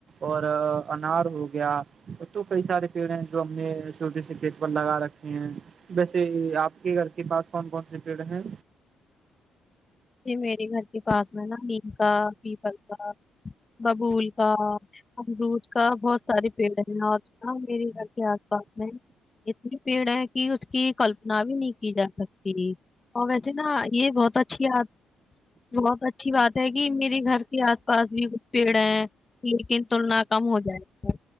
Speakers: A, on the right; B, on the left.
A: اور انار ہو گیا اور تو کئی سارے پیڑ ہیں جو ہم نے چھوٹے سے پھیت پر لگا رکھے ہیں ویسے آپ کے گھر کے پاس کون کون سے پیڑ ہیں
B: میرے گھر کے پاس میں نا نیم کا پیپل کا ببول کا امرود کا بہت سارے پیڑ ہیں اوراں میرے یہاں کے آس پاس میں اتنی پیڑ ہے کہ اس کی کلپنا بھی نہیں کی جا سکتی اور ویسے نا یہ بہت اچھی آ بہت اچھی بات ہے کہ میرے گھر کے آس پاس بھی کچھ پیڑ ہیں لیکن تلنا کم ہو جائے